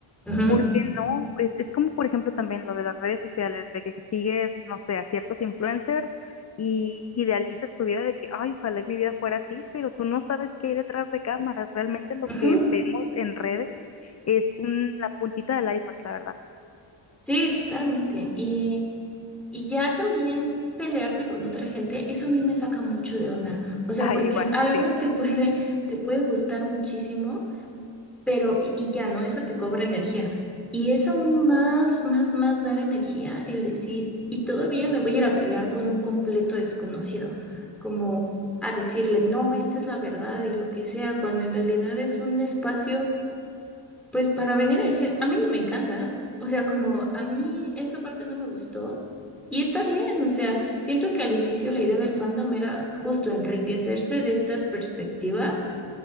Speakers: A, in the centre; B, on the left.
A: ujú,
B: porque no, es, es como por ejemplo también lo de las redes sociales, de que sigues, no sé, a ciertos influencers y idealizas tu vida de que, ay, ojalá y mi vida fuera así, pero tú no sabes qué hay detrás de cámaras. Realmente lo
A: ujú.
B: que vemos en redes es un- la puntita del iceberg, la verdad.
A: Sí, totalmente. Y, y ya también pelearte con otra gente, eso a mí me saca mucho de onda.
B: <laughs>
A: O sea,
B: Ay,
A: porque
B: igual,
A: algo
B: sí.
A: te puede, te puede gustar muchísimo. Pero, y y ya, ¿no? Eso te cobra energía. Y es aún más, más, más dar energía el decir, y todavía me voy a ir a pelear con un completo desconocido, como a decirle, no, esta es la verdad y lo que sea, cuando en realidad es un espacio, pues para venir a decir, a mí no me encanta, o sea, como a mí esa parte no me gustó. Y está bien, o sea, siento que al inicio la idea del fandom era justo enriquecerse de estas perspectivas